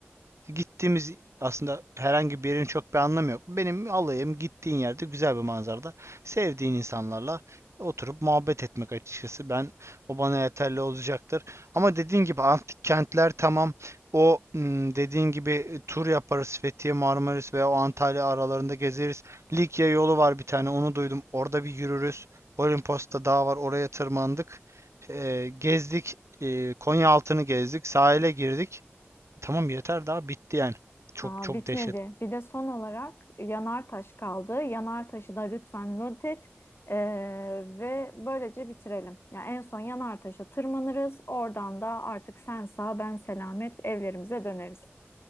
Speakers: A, on the right; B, on the left.
A: Gittiğimiz aslında herhangi bir yerin çok bir anlamı yok. Benim alayım gittiğin yerde güzel bir manzarada sevdiğin insanlarla oturup muhabbet etmek açıkçası. Ben o bana yeterli olacaktır. Ama dediğin gibi antik kentler tamam. O mm, dediğin gibi e, tur yaparız Fethiye, Marmaris veya o Antalya aralarında gezeriz. Likya yolu var bir tane onu duydum. Orada bir yürürüz. Olimpos'ta dağ var oraya tırmandık. Eee, gezdik. Eee, Konya altını gezdik. Sahile girdik. Tamam yeter daha bitti yani. Çok
B: Aa,
A: çok
B: bitmedi.
A: dehşet.
B: Bir de son olarak Yanartaş kaldı. Yanartaş'ı da lütfen not et Ee, ve böylece bitirelim. Yani en son Yanartaş'a tırmanırız. Oradan da artık sen sağ ben selamet evlerimize döneriz.